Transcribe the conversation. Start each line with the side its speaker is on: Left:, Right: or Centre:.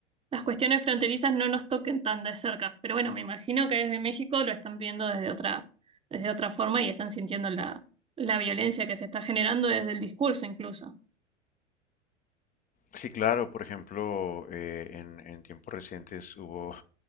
Right: las cuestiones fronterizas no nos toquen tan de cerca. Pero bueno, me imagino que desde México lo están viendo desde otra, desde otra forma y están sintiendo la, la violencia que se está generando desde el discurso incluso.
Left: Sí, claro, por ejemplo, eh, en, en tiempos recientes hubo